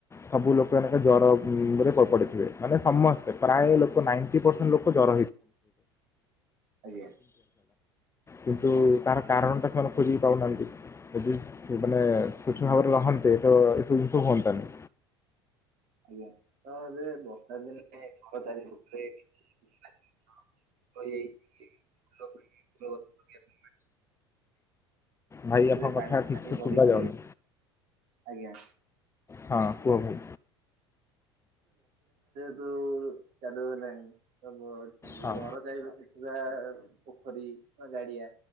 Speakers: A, on the left (about 20°); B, on the right (about 55°).
A: ସବୁ ଲୋକ ଏନା ଖାଲି ଜର ଉଁ ରେ ପ ପଡିଥିବେ ମାନେ ସମସ୍ତେ ପ୍ରାୟେ ଲୋକ ନାଇଣ୍ଟି ପର୍ସେଣ୍ଟ ଲୋକ ଜର
B: ଆଜ୍ଞା
A: କିନ୍ତୁ ତାର କାରଣ ଟା ସେମାନେ ଖୋଜି ପାଉନାହାନ୍ତି ଯଦି ସେ ମାନେ ସ୍ୱଚ୍ଛ ଭାବରେ ରହନ୍ତେ ତ ଏସବୁ ଶୁହୁଅନ୍ତାନି।
B: <unintelligible> <unintelligible> ଫୁଲ ଗଛ ଲଗେଇବା ପାଇଁ
A: ଭାଇ
B: ସେଥିରେ
A: ଆପଣଙ୍କ
B: ପାଣି
A: କଥା
B: ଠାଣି
A: ଠିକ୍ ସେ
B: ଭରିକି
A: ଶୁଭା ଯାଉନି।
B: ଆଜ୍ଞା।
A: ହଁ କୁହ ହୁ
B: ଉ ଚାଲୁ ହେଲାଣି ତ ଘ
A: ହଁ
B: ଘର ଚାହି ସେ ଯାହା ପୋଖରୀ ଗାଡିଆ